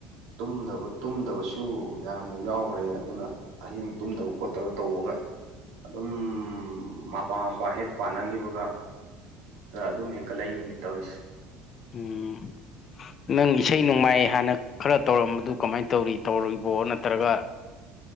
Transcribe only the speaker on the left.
ꯎꯝ ꯅꯪ ꯏꯁꯩ ꯅꯣꯡꯃꯥꯏ ꯍꯥꯟꯅ ꯈꯔ ꯇꯧꯔꯝꯕꯗꯨ ꯀꯃꯥꯏꯅ ꯇꯧꯔꯤ ꯇꯧꯔꯤꯕꯣ ꯅꯠꯇ꯭ꯔꯒ